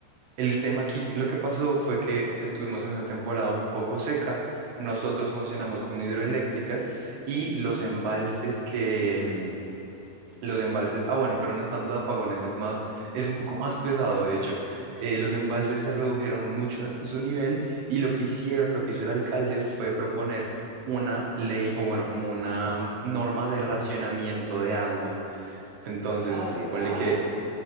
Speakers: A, on the right; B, on the right.
A: El tema aquí, lo que pasó fue que estuvimos en una temporada un poco seca. Nosotros funcionamos con hidroeléctricas y los embalses que, mm, los embalses, ah bueno, pero no es tanto de apagones, es más, es un poco más pesado de hecho. Eh, los embalses se redujeron mucho en su nivel y lo que hicieron, lo que hizo el alcalde fue proponer una ley o bueno, como una mm, norma de racionamiento de agua. Entonces,
B: Ah, de
A: ponle
B: agua.
A: que,